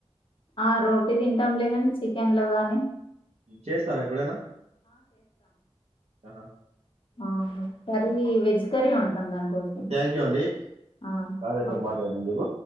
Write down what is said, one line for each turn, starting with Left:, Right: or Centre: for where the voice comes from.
Left: ఆహ్ రోటీ తింటాం లే గాని చికెన్ లో కాని.
Right: చేస్తారా ఎప్పుడేనా. ఆహ్
Left: ఆహ్ కర్రీ వెజ్ కర్రీ వండుతాం. దానికోసం
Right: థ్యాంక్ యూ అండి.
Left: ఆహ్
Right: కార్యతో
Left: ఓకే.
Right: మాట్లాడినందుకు.